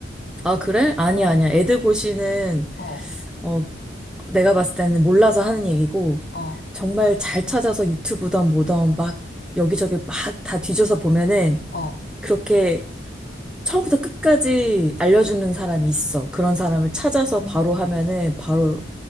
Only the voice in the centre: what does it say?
아, 그래? 아니야,
아니야. 애드고시는,
어, 내가 봤을 때는 몰라서 하는 얘기고,
정말 잘 찾아서 유튜브든 뭐든 막 여기저기 막 다 뒤져서 보면은
그렇게 처음부터 끝까지 알려주는 사람이 있어. 그런 사람을
찾아서
바로 하면은 바로